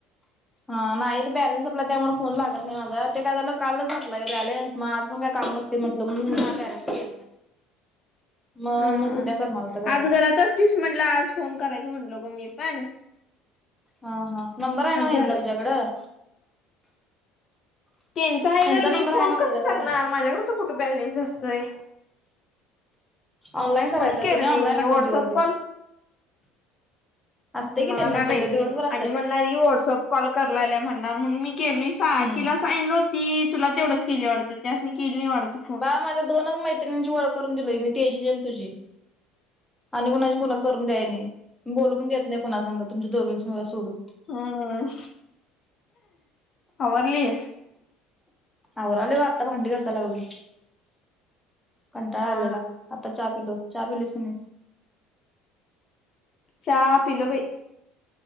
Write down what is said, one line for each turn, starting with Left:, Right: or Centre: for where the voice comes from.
Centre: ह नाही ते बॅलन्स आपला त्यामुळे फोन लागत नाही माझा ते काय झालं कालच झाला का बॅलन्स मग आज पण काय काम नत ते म्हटलं म <inaudible> नाही
Left: हा
Centre: मग
Left: हा
Centre: मण उद्या करणार होता बॅलन्स
Left: आज घरात म्हटलं आज फोन करायचं म्हटलो ग मी पण
Centre: हा हा नंबर आहे
Left: आज
Centre: ना
Left: झालं
Centre: तिचा तुझ्याकडं
Left: त्यांचा आहे
Centre: ह्यांचा
Left: घर
Centre: नंबर
Left: मी फोन
Centre: आहे ना
Left: कस
Centre: तुझ्याकडं
Left: करणार माझ्याकडच कुठे बॅलेन्स असतय
Centre: ऑनलाईन
Left: म्हणून
Centre: करायचा
Left: केलं
Centre: त्याने ऑनलाईन
Left: नाही मी
Centre: असतात
Left: व्हॉटसअप
Centre: दिवसभर
Left: कॉल मला
Centre: असते की त्यांना
Left: काय माहिती
Centre: ते दिवसभर असतात
Left: आणि म वटसअप कॉल कराय लागलेया म्हणून मी केली नाही सांगल
Centre: हम्म
Left: होती तुला तेवढंच केली वाटतं त्यासनी केली नाही वाटत
Centre: बाळा माझ्या दोनच मैत्रिणींची ओळ करून दिलोय मी तेजी आणि तुझी आणि कुणाची कुणा करून द्याय नाही बोलूनण देत नाही पुन्हा सांगा तुमच्या दोघीं मला सोडून
Left: हम्म आवरलीस
Centre: आवराले व आता भांडी घासाय लागली कंटाळा
Left: हा
Centre: आलेला आता चहा पिलो चा पलीस की नाहीस
Left: चहा पिलो बाई